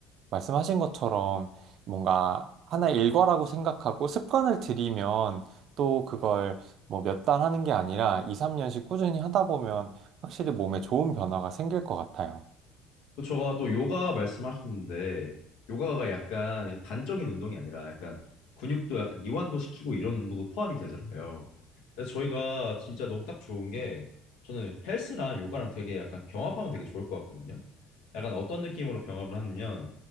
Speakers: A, on the right (about 55°); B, on the left (about 80°).
A: 말씀하신 것처럼 뭔가 하나의 일과라고 생각하고 습관을 들이면 또 그걸 뭐 몇 달 하는 게 아니라 2, 3년씩 꾸준히 하다 보면 확실히 몸에 좋은 변화가 생길 것 같아요.
B: 그 제가 또 요가 말씀하셨는데 요가가 약간 이렇게 단적인 운동이 아니라 약간 근육도 약간 이완도 시키고 이런 운동도 포함이 되잖아요. 그래서 저희가 진짜 너무 딱 좋은 게 저는 헬스랑 요가랑 되게 약간 병합하면 되게 좋을 것 같거든요. 약간 어떤 느낌으로 병합을 하냐면